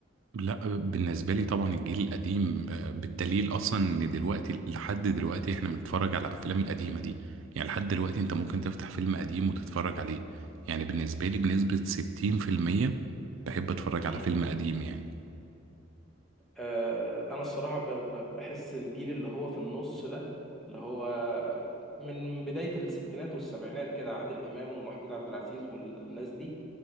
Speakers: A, on the right (about 80°); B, in the centre.
A: لا بالنسبة لي طبعا الجيل القديم آه، بالدليل اصلا ان دلوقتي لحد دلوقتي احنا بنتفرج على الافلام القديمة دي يعني لحد دلوقتي انت ممكن تفتح فيلم قديم وتتفرج عليه يعني بالنسبة لي بنسبة 60% بحب اتفرج
B: مم.
A: على فيلم قديم يعني
B: آه، انا الصراحه ب- ب- بحس الجيل اللي هو في النص ده اللي هو من بدايه الستينات والسبعينات كده عادل امام ومحمود عبد العزيز والناس دي